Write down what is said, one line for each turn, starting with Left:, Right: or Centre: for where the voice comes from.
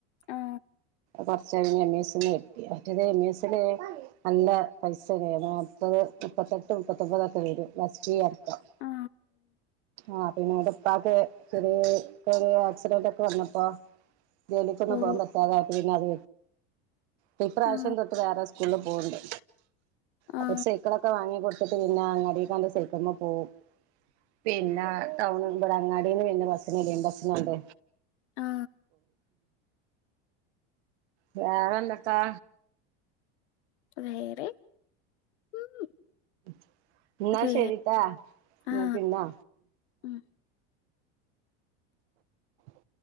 Left: ആ
Right: കുറച്ച് എം ഇ എസിൽ മറ്റേത് എം ഇ എസിൽ നല്ല പൈസ വേണം മുപ്പത് മുപ്പത്തെട്ട് മുപ്പത്തൊമ്പതൊക്കെ വരും മാസ്റ്ററി അക്കം
Left: ആ
Right: ആഹ് പിന്നെ അവന്റെ ഉപ്പക്ക് ചെറി ചെറിയ ആക്സിഡന്റ് ഒക്കെ വന്നപ്പോ ജോലിക്കൊന്നും
Left: ഓ
Right: പോവൻ പറ്റാതായിട്ട പിന്നെ അത് വി ഇപ്രാവശ്യം
Left: ആ
Right: തൊട്ട് വേറെ സ്കൂളിൽ പോവണ്ട്
Left: ആ
Right: അ സൈക്കളൊക്കെ വാങ്ങി കൊടു- ഇ പിന്നെ അങ്ങാടിയിൽ കൊണ്ട് സൈക്കിളിൽ ഒക്കെ പോകും പിന്നെ ടൌൺ ഇവിടെ അങ്ങാടിന്ന് പിന്നെ ബസിനു ഇടിയൻ ബുസുണ്ട്
Left: ആ
Right: വേറെ എന്തൊക്കെ
Left: വേറെ ഉം
Right: <inaudible> എന്നാ
Left: റേ
Right: ശരീട്ടാ ന്നാ
Left: ആ
Right: പിന്നാ
Left: ഓക്കെ.
Right: <inaudible>